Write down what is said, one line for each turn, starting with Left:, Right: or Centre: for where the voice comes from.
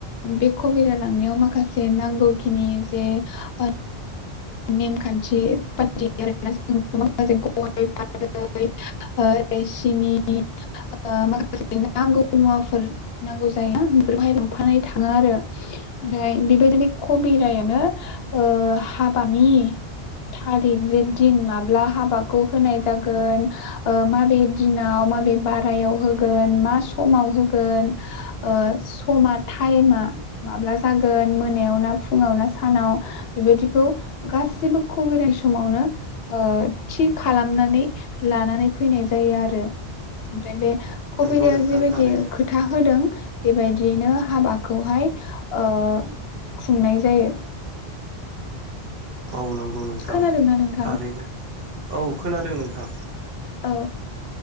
Left: बे कबिरा लांनायाव माखासे नांगौखिनि जे ओ नेमखान्थि बायदि आरोना जों <unintelligible> माखासे गय फाथै ओरै सिनि ओ माखासे नांगौ मुवाफोर नांगौ जायोना बेफोरखौहाय लांफानानै थाङो आरो ओमफ्राय बेबायदि बे कबिरायावनो ओ हाफ बानि थारिख जे दिन माब्ला हाबाखौ होनाय जागोन ओ माबे दिनाव माबे बारायाव होगोन मा समाव होगोन ओ समा टाइमा माब्ला जागोन मोनायाव ना फुङाव ना सानाव बेबायदिखौ गासिबो कभिराय समावनो ओ थि खालामनानै लानानै फैनाय जायो आरो ओमफ्राय बे कबिरायाव
Right: नंगौ नोंथां
Left: जेबायदि
Right: थारैनो
Left: खोथा होदों बेबायदियैनो हाबाखौहाय ओ खुंनाय जायो।
Right: औ नंगौ नोंथां
Left: खोनादोंना नों?
Right: थारैनो। औ खोनादों नोंथां।
Left: औ